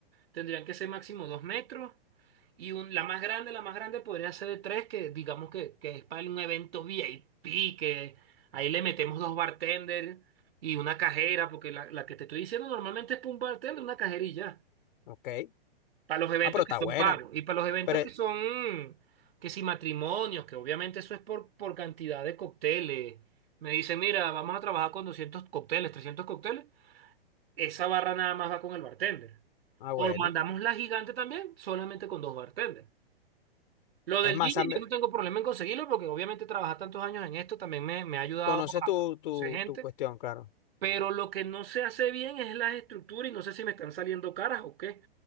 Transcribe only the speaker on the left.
ok.
Ah, pero
está
bueno.
Pero,
ah,
bueno.
Es
más,
Sammy,
conoces
tu, tu,
tu cuestión, claro.